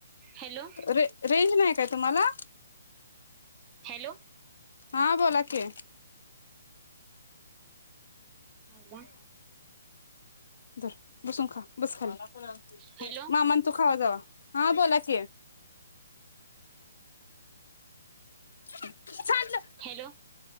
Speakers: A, on the right; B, on the left.
A: हॅलो
B: रे रेंज नायक तुम्हाला
A: हॅलो
B: हा बोला की
A: हाला
B: तर बसून खा बस खाली
A: हॅलो
B: मामान तू खावा जावा हा बोलाकी ण
A: हॅलो